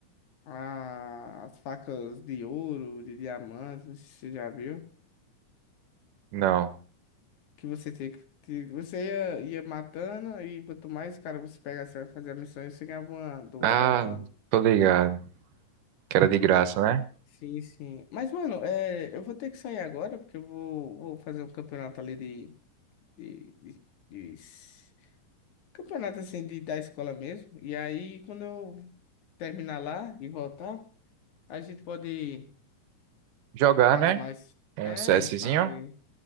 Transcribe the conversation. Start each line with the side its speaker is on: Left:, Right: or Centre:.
Left: a- as facas de ouro, de diamante, não sei se você já viu.
Right: Não.
Left: que você tinha que. que Você ia, ia matando e quanto mais, cara, você pegasse pra fazer a missão, e você ganhava uma dourada,
Right: Ah,
Left: uma.
Right: tô ligado. Que era de graça, né?
Left: Sim, sim. Mas, mano, é, eu vou ter que sair agora, porque eu vou, vou fazer um campeonato ali de, de, de- de s- Campeonato assim de, da escola mesmo. E aí, quando eu terminar lá e voltar, a gente pode
Right: Jogar,
Left: falar
Right: né?
Left: mais.
Right: Um
Left: É,
Right: CSzinho.
Left: fazer.